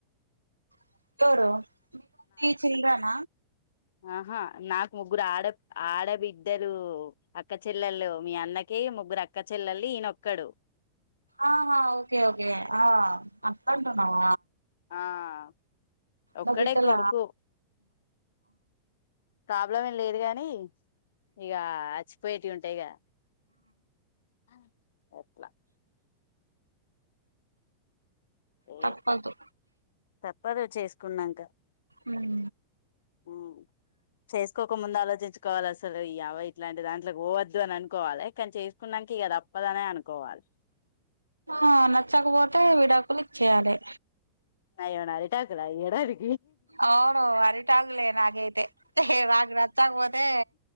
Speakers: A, on the right; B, on the left.
A: <unintelligible> మీ చిల్డ్రన
B: ఆహా నాకు ముగ్గురు ఆడ ఆడబిడ్డలు అక్క చెల్లళ్లు మీ అన్నకి ముగ్గురు అక్క చెల్లళ్లు ఈయనొక్కడు
A: ఆహా ఓకే ఓకే ఆ అట్లంటున్నావ
B: ఆ ఒక్కడే
A: ఓ బిడ్డల
B: కొడుకు ప్రాబ్లం ఏం లేదు గాని ఇగా అచ్చిపోయేటీ ఉం టయిగా ఆఓ <unintelligible> ఏ
A: తప్పదు
B: తప్పదు చేసుకున్నంక
A: ఉం
B: ఉం చేసుకోక ముందు ఆలోచించుకోవాలి అసలు ఈ అవ ఇట్లాంటి దాంట్లోకి పోవద్దు అని అనుకోవాలి కానీ చేసుకున్నానికి ఇక తప్పదనే అనుకోవాలే
A: ఆ నచ్చకపోతే విడాకులు ఇచ్చేయాలే
B: నయోనా విడాకుల ఎడది
A: అవును అరిటగులే నాకైతే నాకు నచ్చకపోతే